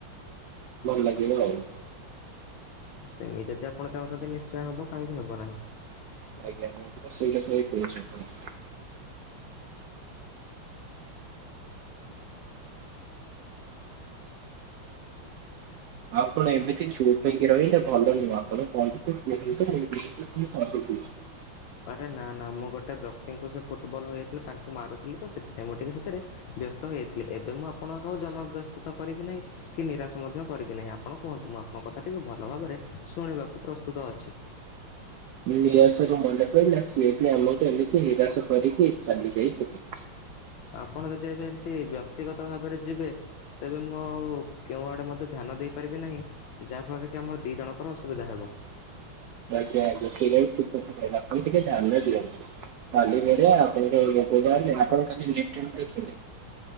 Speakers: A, on the right; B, on the left.
A: ଲାଗିବ ଆଉ।
B: ସେମିତି ଯଦି ଆପଣ ଚାହୁଁଛନ୍ତି ନିଶ୍ଚୟ ହବ କାହିଁକି ହବ ନାହିଁ।
A: ଆଜ୍ଞା ମୁଁ ସେଇ କଥା କହୁଛି। ଆପଣ ଏମିତି ଚୁପ ହେଇକି ରହିଲେ ଭଲ ନୁହଁ ଆପଣ କୁହନ୍ତୁ ମୁଁ
B: ଆରେ ନା ନା ମୁଁ ଗୋଟେ ବ୍ୟକ୍ତିଙ୍କୁ ସେ ଫୁଟବଲ ହୋଇଯାଇଥିଲେ ତାଙ୍କୁ ମାରୁଥିଲି ତ ସେଥିପାଇଁ ମୁଁ ଟିକେ ସେଥିରେ ବ୍ୟସ୍ତ ହୋଇଯାଇଥିଲି ଏବେ ମୁଁ ଆପଣଙ୍କୁ ଜମା ବ୍ୟସ୍ତିତ କରିବି ନାହିଁ କି ନିରାଶ ମଧ୍ୟ କରିବି ନାହିଁ ଆପଣ କୁହନ୍ତୁ ମୁଁ ଆପଣଙ୍କ କଥା ଟିକେ ଭଲ ଭାବରେ ଶୁଣିବାକୁ ପ୍ରସ୍ତୁତ ଅଛି।
A: ନିରାସରୁ ମନେ ପଡିଲା ସିଏ ବି ଆମକୁ ଏମିତି ନିରାଶ କରିକି ଚାଲିଯାଇଥିଲେ।
B: ଆପଣ ଯଦି ଏବେ ଏମତି ବ୍ୟକ୍ତିଗତ ଭାବରେ ଯିବେ ତେବେ ମୁଁ ଆଉ କେଉ ଆଡେ ମଧ୍ୟ ଧ୍ୟାନ ଦେଇପାରିବି ନାହିଁ ଯାହା ଫଳରେ କି ଆମ ଦୁଇ ଜଣଙ୍କର ଅସୁବିଧା ହବା।
A: ଆଜ୍ଞା ଆଜ୍ଞା ସେ ଠିକ କଥା କହିଲେ ଆପଣ ଟିକେ ଧ୍ୟାନରେ ଦିଅନ୍ତୁ କାଲି ନଲେ ଆପଣେ ଆପଣ କାଲି ଲେଟ ଦେଖିଲେ।